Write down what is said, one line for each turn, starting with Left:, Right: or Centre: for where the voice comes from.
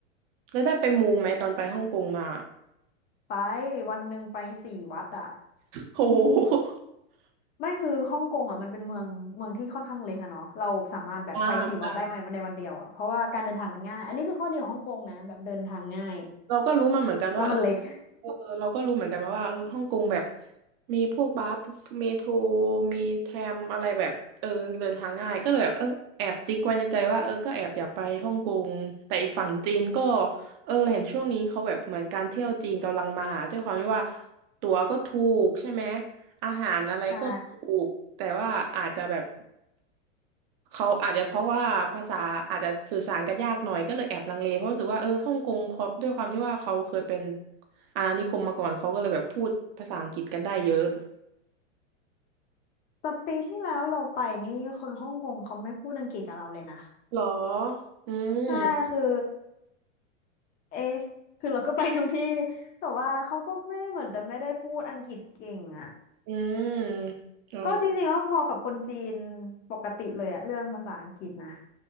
Right: แล้วได้ไปมูไหมตอนไปฮ่องกงมา
Left: ไปวันหนึ่งไปสี่วัดอะ
Right: โห
Left: ไม่คือฮ่องกงอะมันเป็นเมืองเมืองที่ค่อนข้างเล็กอะเนาะเราสามารถแบบไปสี่วัดได้ในในวันเดียวอะเพราะว่าการเดินทางมันง่ายอันนี้คือข้อดีของฮ่องกงนะแบบเดินทางง่าย
Right: อ่า <laughs> เราก็รู้มาเหมือนกันว่าเออ
Left: แล้วมันเล็ก
Right: เออเราก็รู้เหมือนกันมาว่าเออฮ่องกงแบบมีพวกบัสเมโทรมีแทรมอะไรแบบเออเดินทางง่ายก็เลยแบบเออแอบติ๊กไว้ในใจว่าเออก็แอบอยากไปฮ่องกงแต่อีกฝั่งจีนก็เออเห็นช่วงนี้เขาแบบเหมือนการเที่ยวจีนกำลังมาด้วยความที่ว่าตั๋วก็ถูกใช่ไหม อาหารอะไรก็ถูกแต่ว่าอาจจะแบบ
Left: <laughs> ใช่
Right: เขาอาจจะเพราะว่าภาษาอาจจะสื่อสารกันยากหน่อยก็เลยแอบลังเลเพราะรู้สึกว่าเออฮ่องกงเขาด้วยความที่ว่าเขาเคยเป็นอาณานิคมมาก่อนเขาก็เลยแบบพูดภาษาอังกฤษกันได้เยอะ
Left: แต่ปีที่แล้วเราไปนี่คนฮ่องกงเขาไม่พูดอังกฤษกับเราเลยนะ
Right: หรออืม
Left: ใช่คือเอ๊ะคือเราก็ไปทุกที่แต่ว่าเขาก็ไม่เหมือนจะไม่ได้พูดอังกฤษเก่งอะ
Right: อืมอ๋อ
Left: ก็จริงๆก็พอกับคนจีนปกติเลยอะเรื่องภาษาอังกฤษนะ